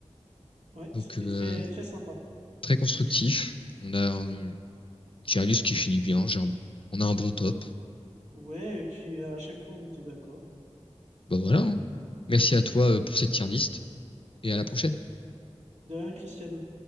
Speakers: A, on the right; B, on the left.
A: Ouais,
B: Donc
A: c'était
B: euh,
A: très, très sympa.
B: très constructif. On a un- j'ai un liste qui finit bien, j'ai un- on a un bon top.
A: Ouais, et puis euh, à chaque fois, on était d'accord.
B: Bah voilà. hein. Merci à toi euh, pour cette tier list et à la prochaine.
A: De rien, Cristiano.